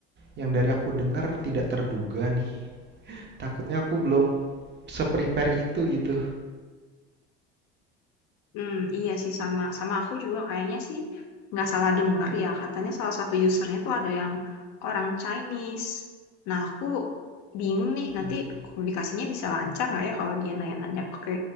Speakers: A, on the right (about 30°); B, on the left (about 55°).
A: yang dari aku dengar tidak terduga nih. Takutnya aku belum se-prepare itu gitu.
B: Hmm, iya sih sama sama aku juga kayaknya sih nggak salah denger ya katanya salah satu usernya tuh ada yang orang Chinese. Nah aku bingung nih nanti
A: Aduh.
B: komunikasinya bisa lancar nggak ya kalau dia nanya-nanya pakai